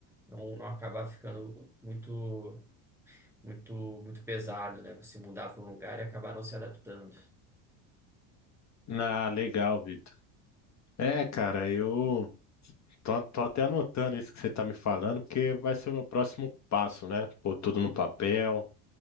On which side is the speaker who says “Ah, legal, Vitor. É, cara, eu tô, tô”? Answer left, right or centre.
Left